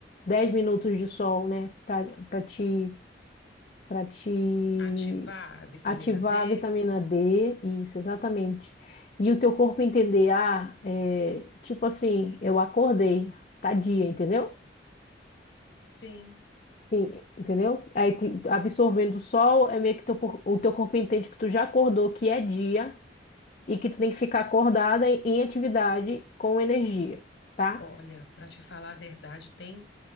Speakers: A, on the left; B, on the left.
A: 10 minutos de sol, né? Para para te para te
B: Ativar a vitamina
A: ativar
B: D?
A: a vitamina D, isso, exatamente. E o teu corpo entender, ah, é, tipo assim, eu acordei, tá dia, entendeu?
B: Sim.
A: Sim, entendeu? Aí que- absorvendo o sol, é meio que teu por- o teu corpo entende que tu já acordou, que é dia, e que tu tem que ficar acordada em em atividade com energia, tá?
B: Olha, para te falar a verdade, tem